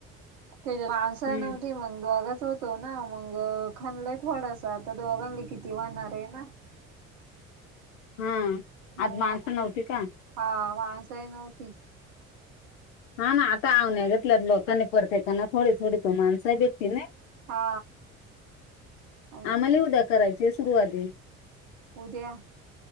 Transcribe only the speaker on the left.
हम्म
हम
आज माणसं नव्हती का?
हा ना आत्ता <unintelligible> <unintelligible> होतो ना परत येताना थोडी थोडी त माणसं भेटती नही
आमालाही उद्या करायची आहे सुरुवा <unintelligible>